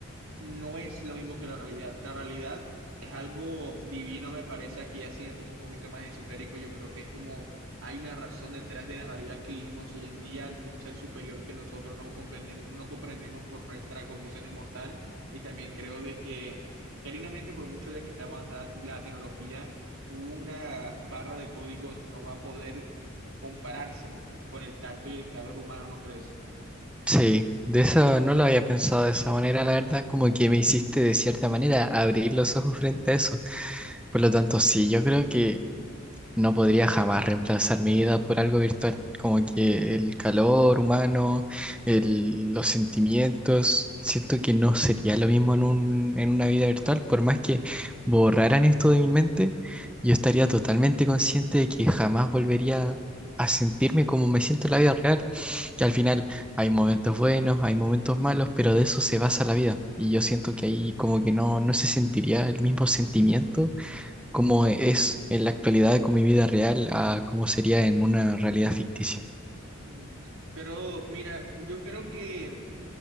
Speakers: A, on the right (about 80°); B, in the centre.
A: no es lo mismo que la realidad. La realidad es algo divino, me parece. Aquí así me pongo un poquito más esotérico. Yo creo que es como hay una razón detrás de la realidad que vivimos hoy en día, de un ser superior que nosotros no comprendemos, no comprendemos por nuestra condición mortal Y también creo de que, genuinamente, por mucho de que esté avanzada la tecnología, una barra de códigos no va a poder compararse con el tacto y el calor humano, ¿no crees?
B: Sí, de eso no lo había pensado de esa manera, la verdad, como que me hiciste de cierta manera abrir los ojos frente a eso. Por lo tanto, sí, yo creo que no podría jamás reemplazar mi vida por algo virtual, como que el calor humano, el- los sentimientos, siento que no sería lo mismo en un, en una vida virtual, por más que borraran esto de mi mente, yo estaría totalmente consciente de que jamás volvería a sentirme como me siento en la vida real, que al final hay momentos buenos, hay momentos malos, pero de eso se basa la vida, y yo siento que ahí como que no, no se sentiría el mismo sentimiento cómo es en la actualidad con mi vida real a cómo sería en una realidad ficticia.
A: Mm. Pero mira, yo creo que